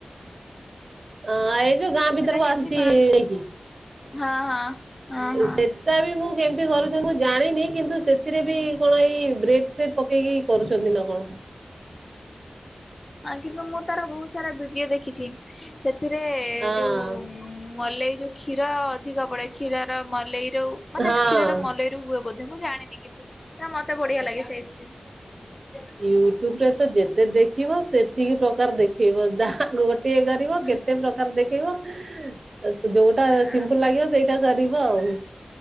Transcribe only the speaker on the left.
ସେଟା କେମିତି
କରନ୍ତି
ହଁ ହଁ। ହଁ ହଁ।
ହଁ କିନ୍ତୁ ମୁଁ ତାର ବହୁତ ସାରା ଭିଡିଓ ଦେଖିଛି। ସେଥିରେ
ଯୋଉ ମେଲଇ ଯୋଉ କ୍ଷୀର ଅଧିକ ପଡେ କ୍ଷୀରର ମଲେଇରୁ ମାନେ
କ୍ଷୀରର ମଲେଇ ହୁଏ ବୋଧେ ମୁଁ ଜାଣିନି କିନ୍ତୁ ମତେ ବଢିଆ ଲାଗେ ସେ ଆଇସକ୍ରିମ।
ହଁ
ହଁ
ହଁ